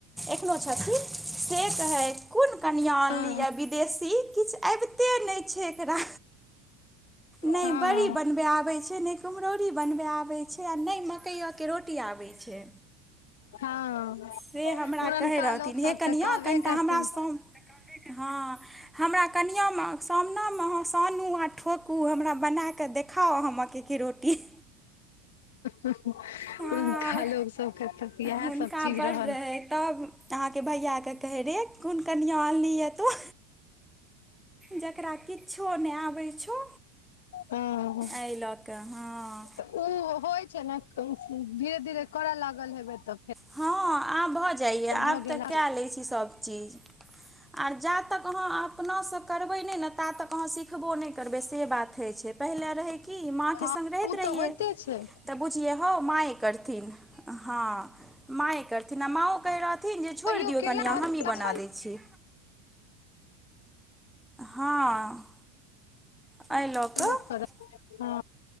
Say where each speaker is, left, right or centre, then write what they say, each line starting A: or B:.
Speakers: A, in the centre; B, on the left (about 80°).
A: एखनो छथिन। से कहथि कोन कनिया अनलियै
B: हँ
A: विदेशी किछ अबिते नै छै। एकरा नै
B: हँ
A: बड़ी बनबै आबै छै नै कुम्हरौरी बनबै आबै छै। छै आ नै मकइयो के रोटी आबै छै।
B: हँ
A: से हमरा
B: पुरनका
A: कहै रहथिन
B: लोक सब
A: हे कनिया
B: तऽ कहबे
A: कनिटा
B: करतनि।
A: हमरा सम हँ। हमरा कनियां मां सामना मे अहां सानू आ ठोकू हमरा बना कऽ देखाउ अहां मकई के रोटी।
B: पहुलका
A: हँ
B: लोक सबके तऽ इहेए
A: हुनका
B: सब चीज
A: बड्ड
B: रहल।
A: रहै तब अहाँके भैया के कहै रे कोन कनियाँ अनलिही ए तों। जकरा किछो नै आबै छौ
B: हँ
A: अइ ल कहाँआं।
B: तऽ उ होइ छै न धीरे - धीरे करऽ लागल हेबै तऽ फेर
A: हँ आब भऽ जाइए
B: भऽ
A: आब
B: गेल
A: तऽ कैए लै छी सब चीज। आर जा तक अहाँ अपनासँ करबै नहि नऽ ता तक अहाँ सिखबो नहि करबै से बात होय छै पहिले रहै कि मां
B: हँ
A: के संगे रहैत
B: उ
A: रहि
B: तऽ होइते छै।
A: तऽ बुझिये हौ मांए करथिन हँ माएं करथि न माँओ कहै रहथिन जे
B: कहियो
A: छोड़ि दियौ
B: केला
A: कनियाँ
B: रह
A: हमहीँ
B: तखन
A: बना दै छी। हँ। एहि लऽ
B: लोक
A: कऽ
B: करत हँ।